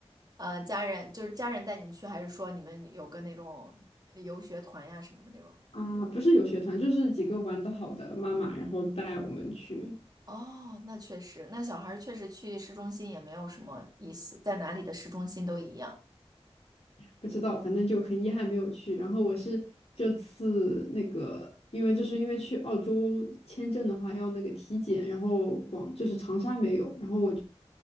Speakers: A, on the right; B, on the left.
A: 呃家人就是家人带你们去，还是说你们有个那种游学团呀什么的那种？
B: <laughs> 啊，不是有学团，就是几个玩的好的妈妈，然后带我们去，
A: 哦，那确实，那小孩儿确实去市中心也没有什么意思，在哪里的市中心都一样，
B: 不知道，反正就很遗憾没有去。然后我是这次那个，因为就是因为去澳洲签证的话要那个体检，然后广就是长沙没有，然后我